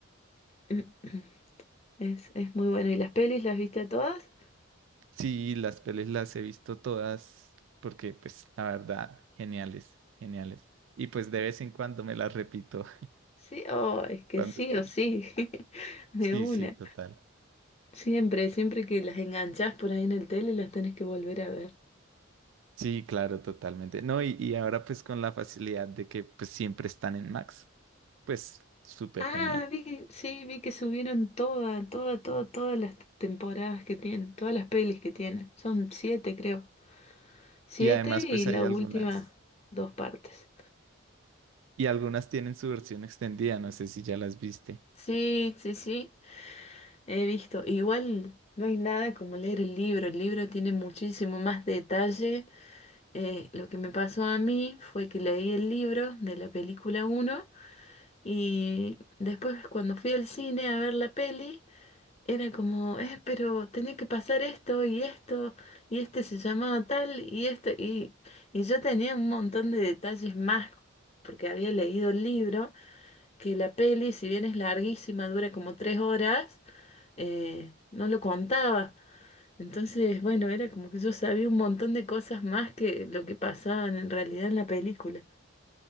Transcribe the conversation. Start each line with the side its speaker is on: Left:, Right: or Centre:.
Left: <clears throat> Es, es muy bueno. ¿Y las pelis las viste a todas?
Right: Sí, las pelis las he visto todas, porque pues la verdad, geniales, geniales. Y pues de vez en cuando me las repito.
Left: Sí, oh, es que
Right: clandestino.
Left: sí o sí, <laughs> de
Right: Sí,
Left: una.
Right: sí, total.
Left: Siempre, siempre que las enganchás por ahí en el tele, las tenés que volver a ver.
Right: Sí, claro, totalmente. No, y, y ahora pues con la facilidad de que pues siempre están en Max, pues súper
Left: Ah,
Right: genial.
Left: vi que, sí, vi que subieron toda, toda, toda, todas las temporadas que tienen, todas las pelis que tienen. Son siete, creo. Siete
Right: Y además
Left: y
Right: pues
Left: la
Right: hay algunas,
Left: última, dos partes.
Right: y algunas tienen su versión extendida, no sé si ya las viste.
Left: Sí, sí, sí, he visto. Igual no hay nada como leer el libro. El libro tiene muchísimo más detalle Eh, lo que me pasó a mí fue que leí el libro de la película uno y después cuando fui al cine a ver la peli, era como, eh, pero tenía que pasar esto y esto y este se llamaba tal y esto y, y yo tenía un montón de detalles más porque había leído el libro, que la peli, si bien es larguísima, dura como tres horas, eh, no lo contaba. Entonces, bueno, era como que yo sabía un montón de cosas más que lo que pasaban en realidad en la película.